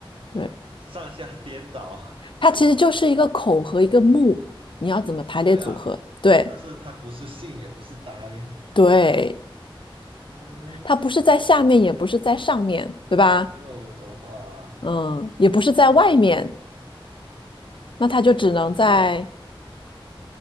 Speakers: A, on the left; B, on the right.
A: 对，
B: 上下颠倒，
A: 它其实就是一个口和一个目，你要怎么排列组合？
B: 对啊，
A: 对。
B: 但是它不是信，也不是呆，
A: 对，
B: 嗯，
A: 它不是在下面，也不是在上面，对吧？
B: 左右的话。
A: 嗯，也不是在外面，
B: 不是。
A: 那它就只能在，
B: 这不是个字啊，